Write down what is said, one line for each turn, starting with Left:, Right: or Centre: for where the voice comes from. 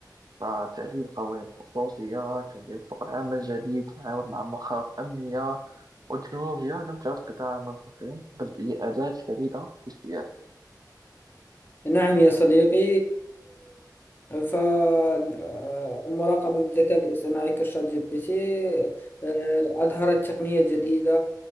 Right: فتعديل قوانين الخصوصية تنظيم سوق العمل الجديد تعاون مع مخاوف أمنية والتكنولوجيا لم تعد قطاعا منفصلا بل هي أداة فريدة في السياسة
Left: نعم يا صديقي فالمراقبة بالذكاء الاصطناعي كشات جي بي تي آه، أظهرت تقنية جديدة